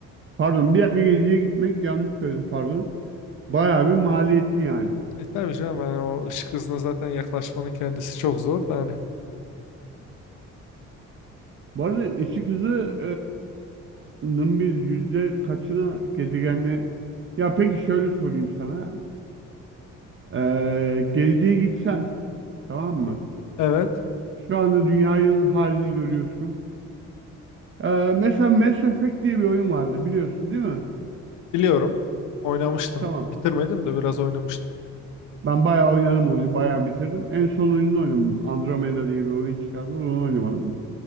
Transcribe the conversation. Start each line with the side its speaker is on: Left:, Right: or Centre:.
Right: Pardon bir dakika geleceğe gitmek yanlış söyledim pardon. Bayağı bir maliyetli yani.
Left: E tabii canım hani o ışık hızına zaten yaklaşmanın kendisi çok zor da hani.
Right: Bu arada ışık hızı Nın biz yüzde kaçına gezegenle ya peki şöyle sorayım sana Ee, geleceğe gitsen tamam mı
Left: Evet.
Right: şu anda dünyanın halini görüyorsun Ee, mesela Mass Effect diye bir oyun vardı biliyorsun değil mi
Left: Biliyorum. Oynamıştım.
Right: tamam
Left: Bitirmedim de biraz oynamıştım.
Right: ben bayağı oynadım oyunu bayağı bitirdim en son oyununu oynadım Andromeda diye bir oyun çıkardılar onu oynamadım